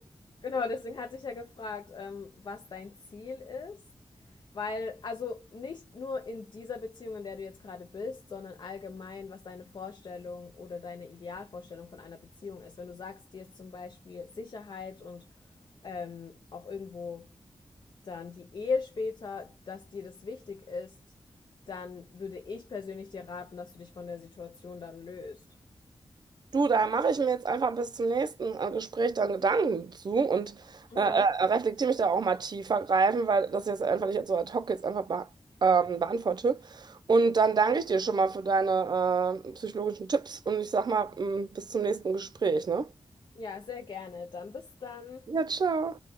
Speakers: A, on the left; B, on the right.
A: Genau, deswegen hatte ich ja gefragt, ähm, was dein Ziel ist, weil also nicht nur in dieser Beziehung, in der du jetzt gerade bist, sondern allgemein, was deine Vorstellung oder deine Idealvorstellung von einer Beziehung ist. Wenn du sagst, dir ist zum Beispiel Sicherheit und ähm, auch irgendwo dann die Ehe später, dass dir das wichtig ist, dann würde ich persönlich dir raten, dass du dich von der Situation dann löst.
B: Du, da mache ich mir jetzt einfach bis zum nächsten äh, Gespräch dann Gedanken zu und
A: Mhm.
B: äh, äh, reflektiere mich da auch mal tiefer greifen, weil das jetzt einfach nicht so ad hoc jetzt einfach be ähm, beantworte. Und dann danke ich dir schon mal für deine äh, psychologischen Tipps und ich sag mal, mm, bis zum nächsten Gespräch, ne?
A: Ja, sehr gerne. Dann bis dann.
B: Ja, ciao.